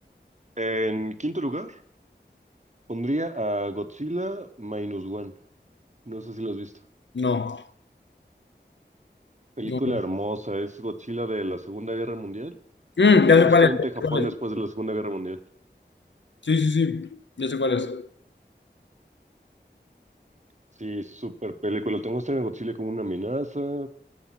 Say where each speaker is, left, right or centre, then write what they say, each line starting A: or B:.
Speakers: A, on the right; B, on the left.
A: En quinto lugar, pondría a Godzilla Minus One. No sé si lo has visto.
B: No,
A: Película
B: no.
A: hermosa. Es Godzilla de la Segunda Guerra Mundial.
B: Mm, ya
A: Justamente
B: sé cuál es, ya sé
A: Japón
B: cuál
A: después
B: es.
A: de la Segunda Guerra Mundial.
B: Sí, sí, sí, ya sé cuál es.
A: Sí, súper película. Te muestran a Godzilla como una amenaza.